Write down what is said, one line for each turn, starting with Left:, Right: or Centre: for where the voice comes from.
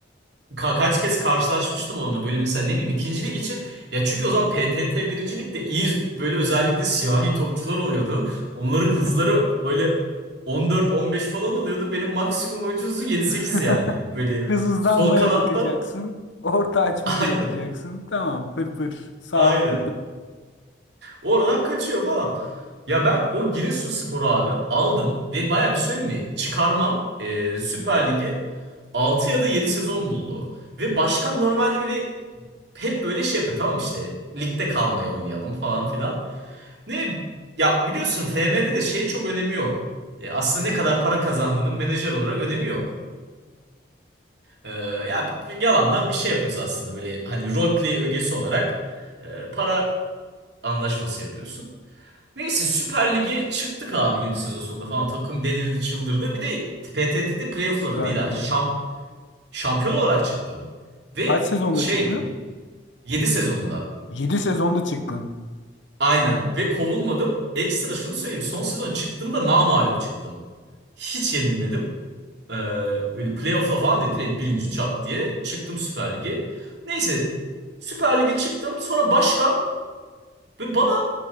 Right: Ka- kaç kez karşılaşmıştım onunla böyle mesela ne bileyim ikinci lig için ya çünkü o zaman PTT birinci ligde iyi böyle özellikle siyahi topçular oluyordu. Onların
Left: Evet
Right: hızları
Left: evet.
Right: böyle 14-15 falan oluyordu. Benim maksimum oyuncu hızı 7-8
Left: <laughs>
Right: yani. Böyle
Left: Hız hızlanmaya
Right: sol kanatta
Left: bakacaksın. Orta açmaya
Right: <laughs> aynı
Left: bakacaksın. Tamam pır pır. Sağ
Right: Aynen.
Left: atla.
Right: Oradan kaçıyor falan. Ya ben o Giresunspor'u abi aldım ve baya bir söyleyeyim mi? Çıkarmam e, Süper Lig'i 6 ya da 7 sezon buldu. Ve başkan normalde böyle hep böyle şey yapıyor tamam işte ligde kalmayı oynayalım falan filan. Ne ya biliyorsun FM'de de şey çok önemi yok. E, aslında ne kadar para kazandığının menajer olarak önemi yok. E, ya bir- bir yalandan bir şey yapıyorsun aslında böyle hani role play ögesi olarak e, para anlaşması yapıyorsun. Neyse Süper Lig'e çıktık abi 7 sezon sonunda falan. Takım delirdi çıldırdı. Bir de PTT'de playoff'la
Left: Süper
Right: da değil ha.
Left: Lig'e.
Right: Şam, şampiyon olarak çıktım. Ve
Left: Kaç sezonda
Right: şey
Left: çıktın?
Right: 7 sezonda.
Left: 7 sezonda çıktın.
Right: Aynen. Ve kovulmadım. Ekstra şunu söyleyeyim. Son sezon çıktığımda namağlup çıktım. Hiç yenilmedim. Ee, böyle playoff'la falan değil. Direkt birinci çat diye çıktım Süper Lig'e. Neyse Süper Lig'e çıktım. Sonra başkan ve bana